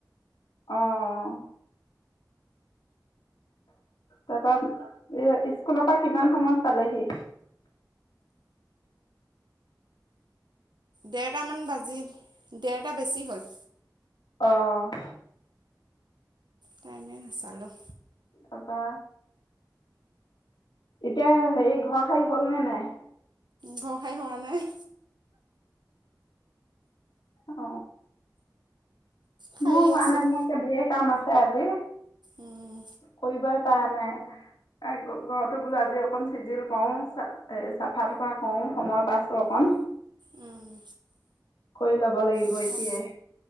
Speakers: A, on the left; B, on the right.
A: অ' তাৰ পা এই স্কুলৰ পৰা কিমান সময়ত পালেহি?
B: দেৰটামান বাজিল, দেৰটা বেছি হ'ল।
A: অ'
B: টাইমে নাচালোঁ।
A: তাৰ পা এতিয়া হেৰি ঘৰ সাৰি হ'ল নে নাই?
B: ঘৰসাই হোৱা নাই।
A: অ।
B: সাৰি
A: মোৰ হোৱা
B: আছোঁ।
A: নাই মোৰ এতিয়া ধেৰ কাম আছে আজি,
B: উম,
A: কৰিবই পৰা নাই। ঘৰতো বোলো আজি অকন চিজিল কৰও চ এ চাফা তুফা কৰো সময় পাইছো অকন।
B: উম,
A: কৰি ল'ব লাগিব
B: আধা,
A: এতিয়াই